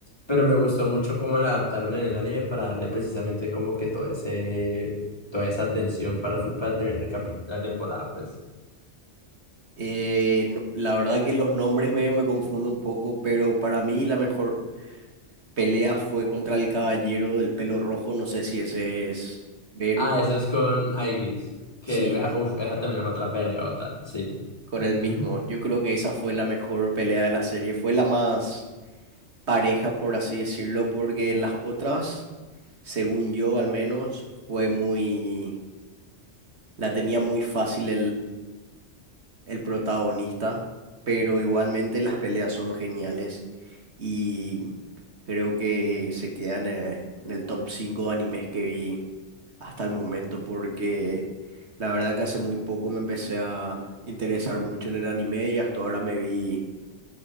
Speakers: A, on the left; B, on the right.
A: Pero me gustó mucho cómo la adaptaron en el anime para darle precisamente como que todo ese, toda esa tensión para, para terminar el capítulo, la temporada, pues.
B: Eh, no- la verdad que los nombres medio me confundo un poco, pero para mí la mejor pelea fue contra el caballero del pelo rojo, no sé si ese es Beirut.
A: Ah, eso es con Aigris. Que,
B: Sí,
A: esa- uf, esa también es otra peleota, sí.
B: con
A: Ujú,
B: el mismo. Yo creo que esa fue la mejor pelea de la serie, fue la más pareja, por así decirlo, porque en las otras, según yo al menos, fue muy... La tenía muy fácil el protagonista, pero igualmente las peleas son geniales y creo que se quedan eh, en el top 5 de animes que vi hasta el momento porque la verdad que hace muy poco me empecé a interesar mucho en el anime y hasta ahora me vi